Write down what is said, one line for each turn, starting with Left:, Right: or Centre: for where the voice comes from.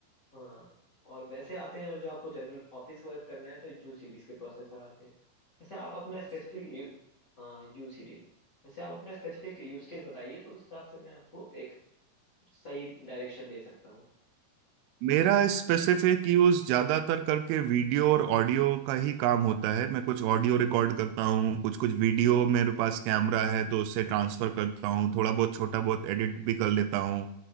Left: हाँ और वैसे आते हैं और जो आपको जनरल ऑफिस वर्क करना है तो यू सीरीज के प्रोसेसर आते हैं वैसे आप अपना स्पेसिफिक यू हाँ यू सीरीज वैसे आप अपना स्पेसिफिक यूज केस बताइए तो उस हिसाब से मैं आपको एक सही डायरेक्शन दे सकता हूँ
Right: मेरा स्पेसिफिक यूज ज्यादातर करके वीडियो और ऑडियो का ही काम होता है मैं कुछ ऑडियो रिकॉर्ड करता हूँ कुछ कुछ वीडियो मेरे पास कैमरा है तो उससे ट्रांसफर करता हूँ थोड़ा बहुत छोटा बहुत एडिट भी कर लेता हूँ